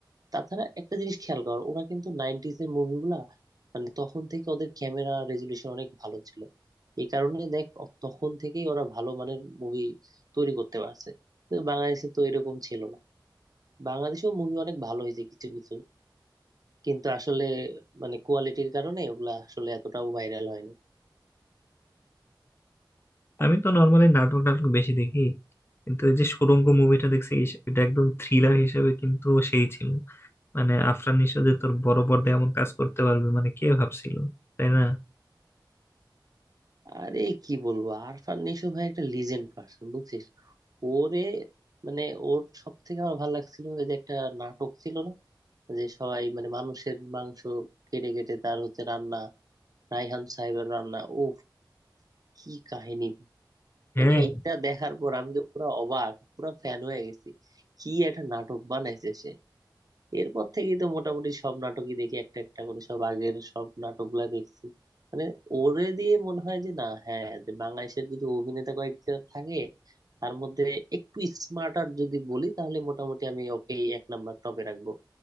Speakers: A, on the right; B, on the left.
A: তাছাড়া একটা জিনিস খেয়াল কর ওরা কিন্তু নাইনটিস এর মুভিগুলা মানে তখন থেকে ওদের ক্যামেরা রেজুলেশন অনেক ভালো ছিল এই কারণে দেখ অ- তখন থেকেই ওরা ভালো মানের মুভি তৈরি করতে পারছে কিন্তু বাংলাদেশে তো এরকম ছিল না বাংলাদেশেও মুভি অনেক ভালো হয়েছে কিছু কিছু কিন্তু আসলে মানে কোয়ালিটির কারণে ওগুলা আসলে এতটাও ভাইরাল হয় না
B: আমি তো নর্মালি নাটক নাটক বেশি দেখি কিন্তু এই যে সুড়ঙ্গ মুভিটা দেখছি ইস- এটা একদম থ্রিলার হিসেবে কিন্তু সেই ছিল মানে আফরান নিশো যে তোর বড় পর্দায় এমন কাজ করতে পারবে মানে কে ভাবছিল তাই না
A: আরে কি বলবো আরফান নিশো ভাই একটা লিজেন্ড পার্সন বুঝছিস ওরে মানে ওর সব থেকে আমার ভালো লাগছিল ওই যে একটা নাটক ছিল না যে সবাই মানে মানুষের মাংস কেটে কেটে তার হচ্ছে রান্না রায়হান সাহেবের রান্না ও কি কাহিনী
B: হ্যাঁ
A: মানে এটা দেখার পর আমি তো পুরো অবাক পুরো ফ্যান হয়ে গেছি কি একটা নাটক বানাইছে সে এরপর থেকেই তো মোটামুটি সব নাটকই দেখি একটা একটা করে সব আগের সব নাটকগুলা দেখছি মানে ওরে দিয়ে মনে হয় যে না হ্যাঁ যে বাংলাদেশের যদি অভিনেতা কয়েকজন থাকে তার মধ্যে একটু স্মার্টার যদি বলি তাহলে মোটামুটি আমি ওকে এক নাম্বার টপে রাখবো